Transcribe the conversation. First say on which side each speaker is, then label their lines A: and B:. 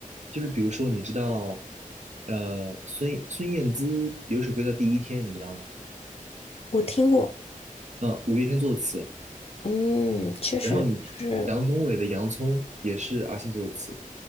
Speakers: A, on the right; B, on the left.
A: 就是比如说，你知道，呃，孙孙燕姿有一首歌叫《第一天》，你知道吗？
B: 我听过，
A: 嗯，五月天做的词。
B: 嗯，确实就是
A: 然后你杨宗纬的《洋葱》也是阿信做的词，